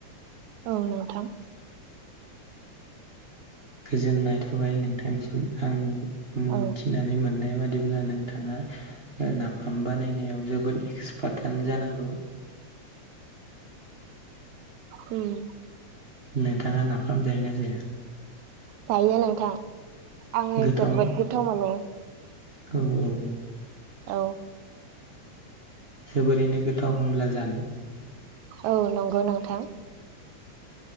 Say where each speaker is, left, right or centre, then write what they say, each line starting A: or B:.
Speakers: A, on the right; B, on the right.
A: औ नोंथां।
B: गोजोननाय थाबाय नोंथांनिसिम आं मोनथि
A: औ
B: नानै मोननाय बादिब्ला नोंथाङा नाफाम बानायनायाव जोबोद एक्सपार्टआनो जानांगौ।
A: उम
B: नोंथाङा नाफाम जायोना जाया?
A: जायो नोंथां आङो
B: गोथाव
A: जोबोद गोथाव मोनो।
B: औ औ
A: औ
B: जोबोरैनो गोथाव होमब्ला जानो।
A: औ नंगौ नोंथां।